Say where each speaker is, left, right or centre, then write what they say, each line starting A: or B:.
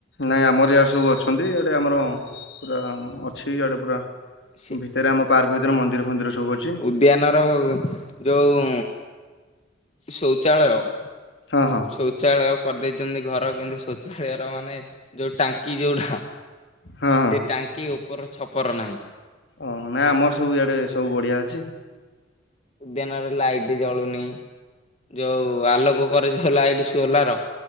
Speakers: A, on the left; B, on the left.
A: ନାଇଁ ଆମର ଇଆଡେ ସବୁ ଅଛନ୍ତି ଇଆଡେ ଆମର ପୁରା ଅଛି ଇଆଡେ ପୁରା
B: ସେ
A: ଭିତରେ ଆମ ପାର୍କ ଭିତରେ ମନ୍ଦିର ଫନ୍ଦିର ସବୁ ଅଛି।
B: ଉଦ୍ୟାନର ଯୋଉ ଶୌଚାଳୟ
A: ହଁ ହଁ।
B: ଶୌଚାଳୟ କରିଦେଇଛନ୍ତି ଘର କିନ୍ତୁ ଶୌଚାଳୟର ମାନେ ଯୋଉ ଟାଙ୍କି ଯଉଟା
A: ହଁ ହଁ
B: ସେ ଟାଙ୍କି ଓପର ଛପର ନାହିଁ।
A: ଓହୋ ନାଇଁ ଆମର ସବୁ ଇଆଡେ ସବୁ ବଢିଆ ଅଛି।
B: ଉଦ୍ୟାନରେ ଲାଇଟ୍ ଜଳୁନି ଯଉ ଆଲୋକ କରେ ଯଉ ଲାଇଟ୍ ସୋଲାର